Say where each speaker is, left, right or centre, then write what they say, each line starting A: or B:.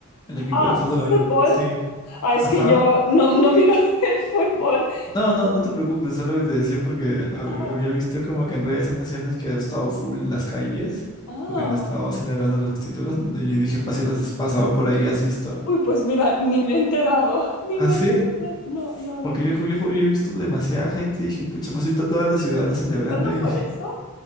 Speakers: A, on the left (about 20°); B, on the left (about 85°).
A: el equipo
B: Ah,
A: de fútbol había...
B: fútbol.
A: Sí.
B: Ah, es
A: Ajá.
B: que yo no, no miro <laughs> el fútbol.
A: No, no, no te preocupes, es lo que te decía porque hab-
B: Ah,
A: había visto como que en redes sociales que ha estado full las calles,
B: Ah,
A: porque han estado celebrando los títulos, ¿no? y dije, fácil, las has pasado por ahí, has visto.
B: uy, pues mira, ni me he enterado, <laughs> ni
A: ¿Ah,
B: me
A: sí?
B: he enterado. No, no, no,
A: Porque
B: no.
A: yo, yo, yo he visto demasiada gente, dije, pucha, fácil, está toda la ciudad celebrando
B: ¿Cuándo fue
A: y <laughs>
B: esto?